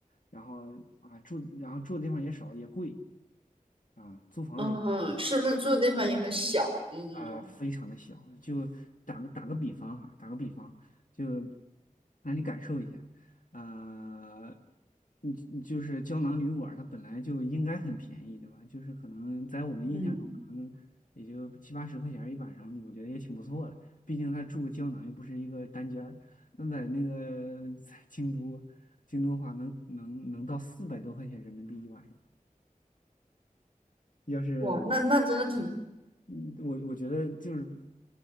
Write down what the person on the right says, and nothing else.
嗯，是不是住的地方也很小？的那种。
嗯，
哇，那那真的挺……